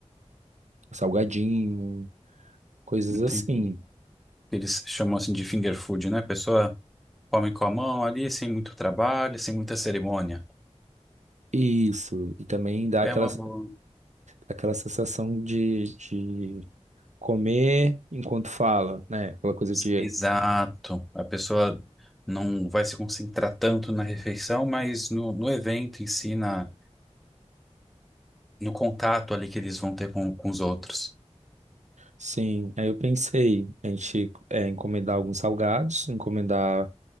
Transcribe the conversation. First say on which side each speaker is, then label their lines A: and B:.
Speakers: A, on the right; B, in the centre.
A: salgadinho, coisas
B: Entendi.
A: assim.
B: Eles chamam assim de finger food, né? A pessoa come com a mão ali, sem muito trabalho, sem muita cerimônia.
A: Isso, e também dá
B: É
A: aquela,
B: uma boa.
A: aquela sensação de, de comer enquanto fala, né? Aquela coisa de,
B: Exato. A pessoa não vai se concentrar tanto na refeição, mas no, no evento em si, na, no contato ali que eles vão ter com, com os outros.
A: sim. Aí eu pensei, a gente é, encomendar alguns salgados, encomendar